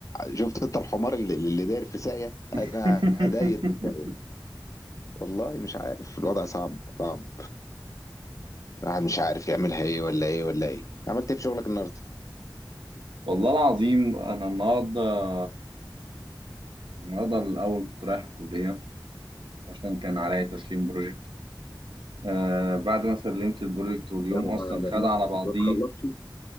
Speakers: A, on the left; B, on the right.
A: شفت انت الحمار اللي, اللي داير في ساقيه
B: <laughs>
A: انا داير في ساقيه والله مش عارف الوضع صعب صعب الواحد مش عارف يعملها ايه ولا ايه ولا ايه عملت ايه في شغلك النهارده؟
B: والله العظيم انا النهاردة النهاردة الاول كنت رايح الكلية عشان كان عليا تسليم بروجكت آه بعد ما سلمت البروجكت واليوم
A: ما
B: اصلا خد
A: ما-
B: على بعضيه
A: ما تخلصش